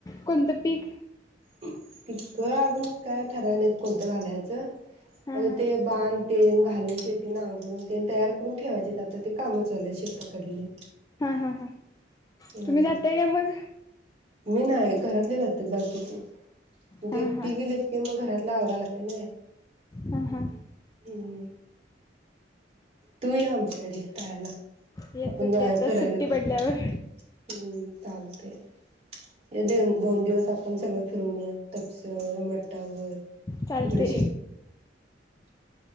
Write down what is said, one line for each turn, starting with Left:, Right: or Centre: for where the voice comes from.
Left: कोणतं पीक?
Right: पिकक अजून काय ठराय नाहीत कोणतं घालायचं
Left: हा
Right: अजून
Left: हा
Right: ते बांध तेन घालून शेत ते नांगरून तेन तयार करून ठेवायचे ते आता ते काम चालू आहेत शेताकडली
Left: हा हा हा
Right: होय
Left: तुम्ही जाताय काय मग?
Right: मी नाही घरातली जातात बाकी <unintelligible>
Left: हा
Right: दिप्ती
Left: हा
Right: गेलीत की मग घरातल आवराय लागतय नी
Left: हा हा
Right: हम् तू ये आमच्याकडे राहायला
Left: येतो
Right: आपण जाऊया
Left: की आता
Right: फिरायला
Left: सुट्टी
Right: कुठंतर
Left: पडल्यावर
Right: हम्म चालतंय ये देण दोन दिवस आपण सगळं फिरून येऊया तपसर मटावर
Left: चालते
Right: इकडे श <inaudible>